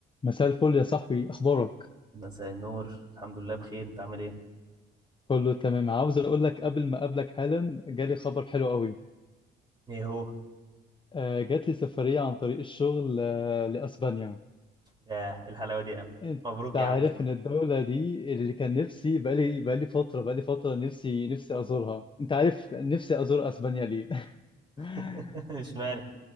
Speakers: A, on the left (about 25°); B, on the right (about 25°).
A: مساء الفل يا صاحبي اخبارك
B: مساء النور الحمد لله بخير انت عامل ايه
A: كله تمام عاوز اقول لك قبل ما اقابلك حالا جالي خبر حلو قوي
B: ايه هو
A: آه، جات لي سفرية عن طريق الشغل آه، لاسبانيا
B: يا الحلاوه دي يا عم
A: انت
B: مبروك
A: عارف
B: يا عم
A: ان الدولة دي اللي كان نفسي بقالي بقالي فترة بقالي فترة نفسي نفسي ازورها انت عارف نفسي ازور اسبانيا ليه <laughs>
B: <laughs> اشمعنى